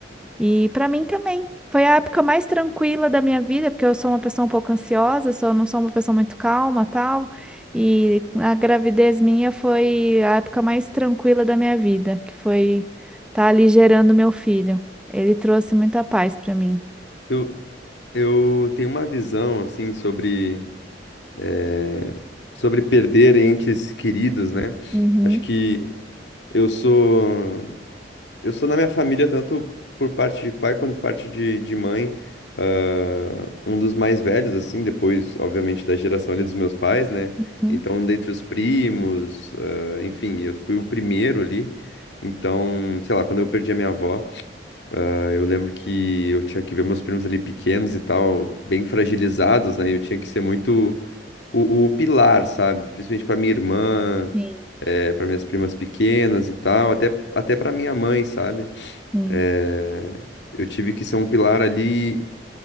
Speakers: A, in the centre; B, on the left.
A: E para mim também. Foi a época mais tranquila da minha vida, porque eu sou uma pessoa um pouco ansiosa, sou, não sou uma pessoa muito calma, tal. E a gravidez minha foi a época mais tranquila da minha vida, que foi estar ali gerando meu filho. Ele trouxe muita paz para mim.
B: Eu, eu tenho uma visão, assim, sobre. eh, sobre perder entes queridos, né?
A: Uhum,
B: Acho que eu sou. Eu sou na minha família, tanto por parte de pai quanto por parte de, de mãe, ah, um dos mais velhos, assim, depois, obviamente, da geração ali dos meus pais, né?
A: uhum.
B: Então, dentre os primos, ah, enfim, eu fui o primeiro ali. Então, sei lá, quando eu perdi a minha avó, ah, eu lembro que eu tinha que ver meus primos ali pequenos e tal, bem fragilizados, né? Eu tinha que ser muito o, o pilar, sabe? Principalmente pra minha irmã,
A: Sim,
B: para minhas primas pequenas e tal, até, até para minha mãe, sabe?
A: sim,
B: É, eu tive que ser um pilar ali.